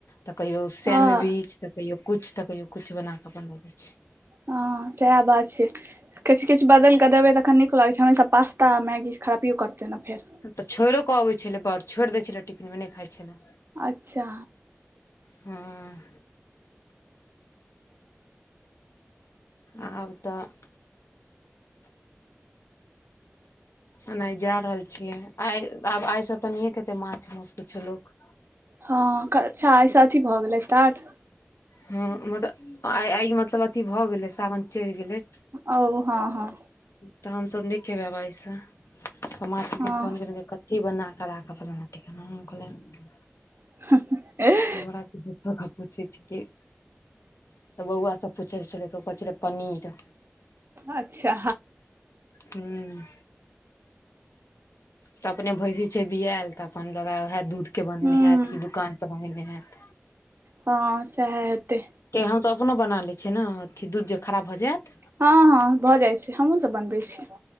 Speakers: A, on the left (about 80°); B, on the right (about 55°).
A: तऽ कहियो सैंनविच
B: हँ
A: तऽ कहियो कुछ तऽ कहियो कुछ बना कऽ अपन दऽ दै छी।
B: हँ सैह बात छै। किछ- किछ बदैलऽ क देबै तऽखन निक लगै छै। हमेशा पास्ता आ मैगी खरापियो करतै ने फेर।
A: हंतऽ छोइड़ो कऽ अबै छलै बड़, छोइड़ दै छलै टिफिन मे, नय खा छलै।
B: अच्छा।
A: हँ। आब तऽ
B: <inaudible>
A: एना आय जा रहल छिय, आइ आब आइ स त नहि खेतै माछ माउस कुछो लोक
B: हँ अच्छा, आय स अथी भऽ गेलै स्टार्ट
A: हँ मतलब आइ -आइ मतलब अथी भऽ गेलै, सावन चढ़ि गेलै।
B: ओ हँ- हँ
A: तऽ हम सभ न खेबै आब आय स, मां छेलखिन
B: हँ
A: फोन केने जे कत थी बना क राखब, फलाना ठिकाना हम कहलियन
B: <unintelligible>
A: हमरा की झुठोके पुछै छि की। तऽ बौआ सब पुछ लै छलय, तऽ ओ कहै छलै पनीरऽ
B: अच्छा
A: हूँ तऽ अपने भैँसी छै बिऐल, तऽ अपन लगे उहे दूध के
B: ह्म
A: बनेने हैत, कि दोकान स मंगेने हेत।
B: हँ सेहे हेतै।
A: के हम सब अपनो बना ले छियै न, अथी दूध जे खराब भ जेत।
B: हँ- हँ भऽ जाइ छै, हमहुँ सब बनबै छीय।